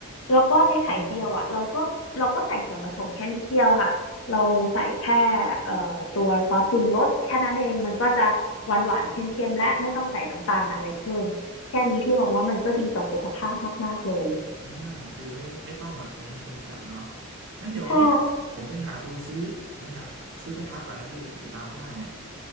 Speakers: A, on the left; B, on the right.
A: แล้วก็ในไข่เจียวอ่ะเราก็เราก็ใส่ส่วนผสมแค่นิดเดียวค่ะเราใส่แค่เอ่อตัวซอสปรุงรสแค่นั้นเองมันก็จะหวานหวานเค็มๆและไม่ต้องใส่น้ำตาลอะไรเพิ่มแค่นี้ที่หวังว่ามันก็ดีต่อสุขภาพมากๆเลย
B: ได้ได้อ่าคือไม่ไม่ต้องแบบเน้นเค็มจัดเนาะงั้นเดี๋ยว
A: ใช่
B: ผมไปหาดูซื้อผมไปหาซื้อกระทะก่อนนะพี่อยู่ตามห้างเนี่ย